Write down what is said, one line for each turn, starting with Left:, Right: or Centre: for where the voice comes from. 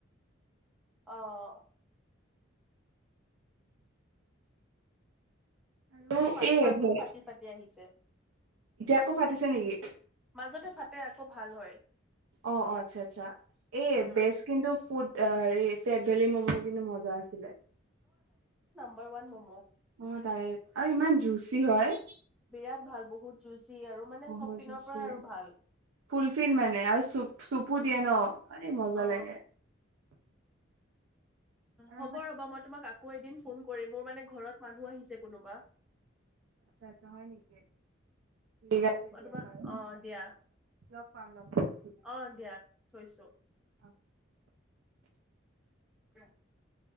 Centre: আহ
Right: আৰু
Centre: ত মাতটো
Right: এই এতিয়া
Centre: আকৌ ফাটি ফাটি আহিছে
Right: আকৌ ফাটিছে নেকি
Centre: মাজতে ফাটি আকৌ ভাল হয়
Right: অ অ আচ্ছা আচ্ছা এই
Centre: উম
Right: বেছ কিন্তু ফুড অ হেৰি চেট ভেলি ম'মো কিন্তু মজা আছিলে
Centre: হৰৱান ম'ম'
Right: অ তাৰে আৰু ইমান জুচি হয়
Centre: বিৰাট ভাল বহুত জুচি আৰু মানে চব
Right: বতছে
Centre: পিনৰ পৰা আৰু ভাল
Right: ফুলফিন মানে আৰু চু চুপু দিয়ে ন এই মজা
Centre: অ
Right: লাগে আৰু
Centre: হ'ব ৰ'বা মই তোমাক আকৌ এদিন ফোন কৰিম মোৰ মানে ঘৰত মানুহ আহিছে কোনোবা
Right: আটছা হয় নেকি ঠিক আছে দিয়া
Centre: দুবাৰ
Right: বাৰু
Centre: আহ দিয়া
Right: লগ পাম লগ পাম ঠিক
Centre: আহ দিয়া থৈছো
Right: আছে
Centre: তে <unintelligible>